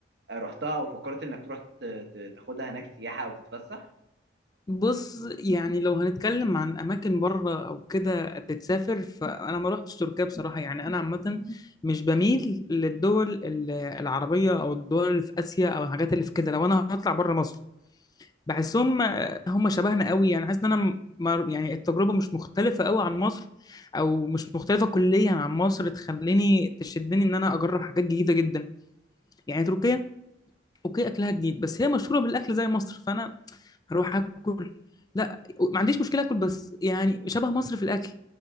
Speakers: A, on the right; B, on the left.
A: رحتها او فكرت انك تروح ت- ت- تاخدها هناك سياحة او تتفسح
B: بص يعني لو هنتكلم عن اماكن بره او كده تتسافر فانا ما رحتش تركيا بصراحه يعني انا عامه مش بميل للدول ال- العربيه او الدول اللي في اسيا او الحاجات اللي في كده لو انا هطلع بره مصر بحسهم هم شبهنا قوي يعني حاسس ان انا م- ما- يعني التجربه مش مختلفه قوي عن مصر او مش مختلفه كليا عن مصر تخليني تشدني ان انا اجرب حاجات جديده جدا يعني تركيا اوكي اكلها جديد بس هي مشهوره بالاكل زي مصر فانا هروح اكل لا ما عنديش مشكله اكل بس يعني شبه مصر في الاكل